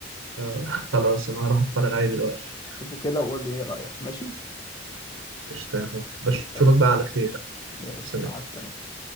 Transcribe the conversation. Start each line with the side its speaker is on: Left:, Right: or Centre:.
Right: آه، خلاص انا هروح اتفرج عليه دلوقتي
Left: شوفه كده وقول لي ايه رايك ماشي
Right: قشطة يا حبيبي بشوفك
Left: سلام
Right: بقى على خير
Left: ماشي
Right: سلام
Left: مع السلامه